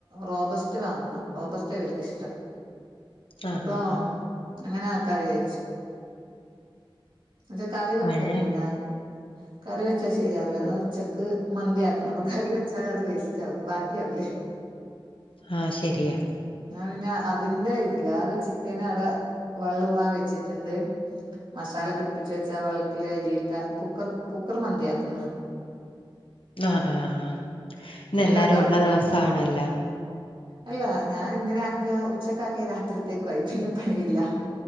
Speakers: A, on the right (about 65°); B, on the left (about 75°).
A: റോബസ്റ്റ് വാങ്ങണം റോബസ്റ്റ് ഇവർക്ക് ഇഷ്ടം.
B: <unintelligible> ആഹ്
A: അപ്പൊ
B: ആഹ് ആഹ്
A: അങ്ങനെ ആക്കാ വിയാര്ച്. അത് കറി വെക്കുന്നില്ല
B: പഴം <unintelligible>
A: കറി വെച്ചാ ശരിയാവുല ഇന്നാ ഉച്ചക്ക് മന്തിയാക്ക്ന്നു. അപ്പൊ കറി വെച്ചാൽ അത് വേസ്റ്റ് ആവും. വാക്കി യാവുലേ.
B: ആഹ് ശെരിയാ
A: ന്നാ പിന്നെ അതിന്റെ ഇതില്ല. അത് ചിക്കന് അട വെള്ളൂറാൻ വെച്ചിട്ട്ണ്ട്. മസാല പിടിപ്പിച്ച് വെച്ചാ വെള്ളത്തില് അരിയിട്ടാ കുക്കർ കുക്കർ മന്തിയാക്കാന്ന്
B: ആഹ് ആഹ് ഇന്നെല്ലാരും
A: നീ ഉണ്ടാക്കാറുണ്ടോ
B: ഉള്ള ദിവസാണല്ലോ
A: അല്ല ഞാൻ ഇങ്ങനെ ആക്കിയ ഉച്ചക്ക് ആക്കിയാ രാത്രിത്തേക്കും ആയി പിന്നെ പണിയില്ല.